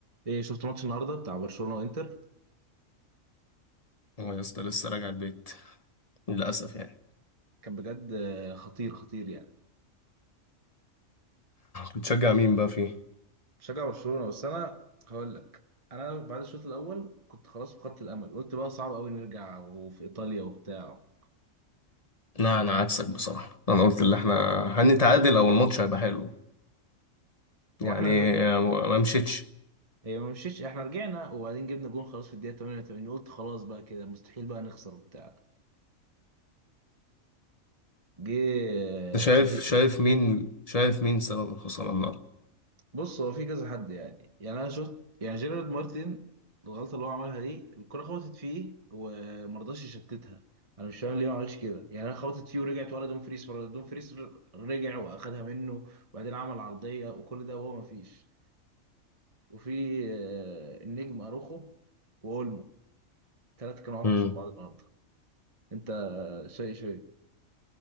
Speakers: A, on the right; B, on the left.
A: ايه شفت ماتش النهارده بتاع برشلونة وانتر
B: اه يا اسطى لسه راجع البيت للأسف يعني
A: كان بجد آه، خطير خطير يعني
B: بتشجع مين بقى فيه؟
A: بشجع برشلونة بس انا هقول لك انا بعد الشوط الاول كنت خلاص فقدت الامل قلت بقى صعب قوي نرجع وفي ايطاليا وبتاع
B: لا أنا عكسك بصراحة أنا قلت اللي إحنا هنتعادل أو الماتش هيبقى حلو
A: هو
B: يعني
A: احنا الفكر
B: آه، ما مشيتش
A: هي ما مشيتش احنا رجعنا وبعدين جبنا جون خلاص في الدقيقة 88 قلت خلاص بقى كده مستحيل بقى نخسر وبتاع جه آه،
B: أنت شايف
A: ج-
B: شايف مين شايف مين سبب الخسارة النهاردة
A: بص هو في كذا حد يعني يعني انا شفت يعني جيرارد مارتن الغلطه اللي هو عملها دي الكره خبطت فيه ومرضاش يشتتها انا مش فاهم ليه ما عملش كده يعني انا خبطت فيه ورجعت ورا دوم فريس دوم فريس رجع واخدها منه وبعدين عمل عرضيه وكل ده وهو ما فيش وفي آه، النجم اروخو واولمو الثلاثه كانوا اوحش
B: امم
A: من بعض النهارده انت شيء شيء